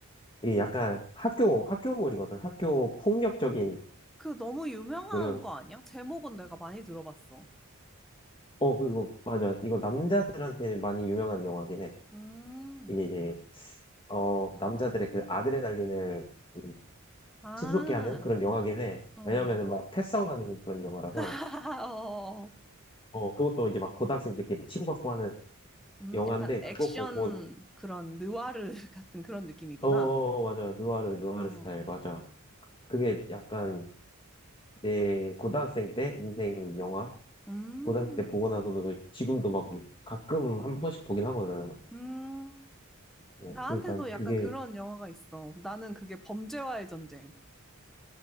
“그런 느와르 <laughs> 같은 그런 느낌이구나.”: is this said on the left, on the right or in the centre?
Centre